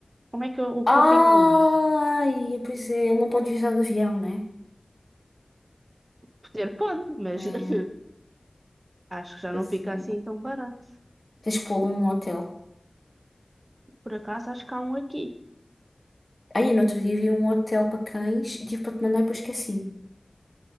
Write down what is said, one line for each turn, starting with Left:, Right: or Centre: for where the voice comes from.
Right: Como é que o o
Left: Ai,
Right: cão fica onde?
Left: pois é, ele não pode viajar de avião, né?
Right: Poder pode, mas
Left: É,
Right: <laughs> acho que já
Left: pois
Right: não fica
Left: é.
Right: assim tão barato.
Left: Tens que pô-lo num hotel.
Right: Por acaso acho que há um aqui.
Left: Aí, no outro dia vi um hotel para cães e tive para te mandar e depois esqueci-me.